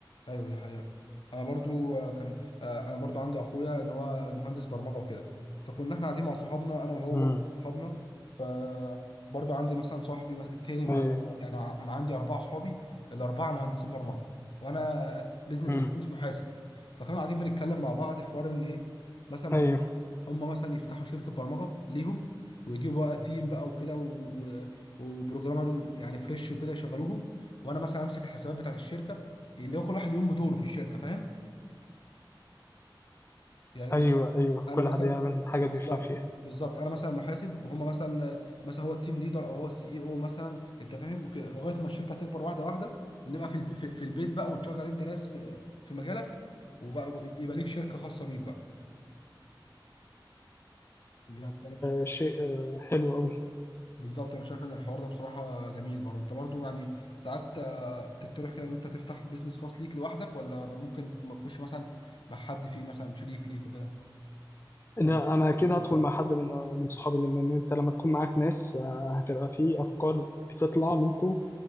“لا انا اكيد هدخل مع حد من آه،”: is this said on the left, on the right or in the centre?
Left